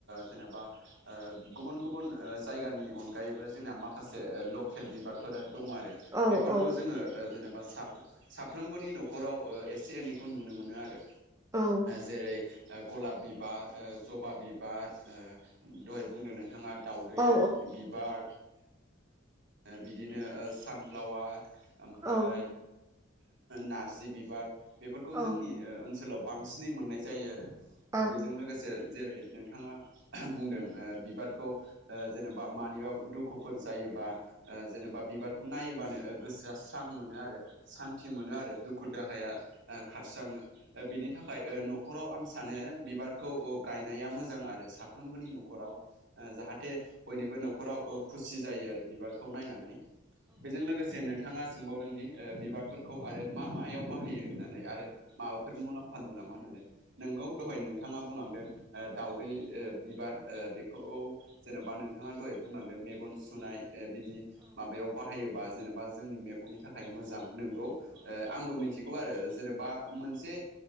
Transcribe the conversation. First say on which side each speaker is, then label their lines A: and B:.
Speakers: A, on the right; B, on the right.
A: जेनेबा गुबुन गुबुन जायगानि अनगायैबो जोंनाहा माखासे खेल बिबारफोरा दं आरो
B: औ
A: बेफोरखौ
B: औ
A: जोङो जेनेबा सा साफ्रोमबोनि न'खराव एसे एनैखौ नुनो मोनो आरो
B: औ
A: जेरै गलाब बिबार जबा बिबार दहाय बुंदों नोंथाङा दाउदै
B: औ
A: बिबार बिदिनो सानफ्लावार ओमफ्राय
B: औ
A: नारजि बिबार बेफोरखौ जोंनि
B: औ
A: ओनसोलाव बांसिनै मोननाय जायो आरो
B: औ
A: बेजों लोगोसे जेरै नोंथाङा बुंदों बिबारखौ जेनेबा मानिबा दुखुफोर जायोबा जेनेबा बिबारखौ नायोबानो गोसोआ स्रां मोनो आरो सान्थि मोनो आरो दुखु दाहाया खारस्राङो बिनि थाखाय न'खराव आं सानो बिबारखौ गायनाया मोजां आरो साफ्रोमबोनि न'खराव जाहाथे बयनिबो न'खराव खुसि जायो आरो खौ नायनानै बेजों लोगोसेनो नोंथाङा सोंबावदोंदि बिबारफोरखौ आरो मा मायाव बाहायो होननानै आरो माबाफोर मुलाम दं नामा होननानै नोंगौ दहाय नोंथाङा बुंलांदों दाउदै बिबार खौ जेन'बा नोंथाङा दहाय बुंलांदों मेगन सुनाय बि माबायाव बाहायोबा जेनेबा जोंनि मेगननि थाखाय मोजां नोंगौ आंबो मिथिगौ आरो जेनेबा मोनसे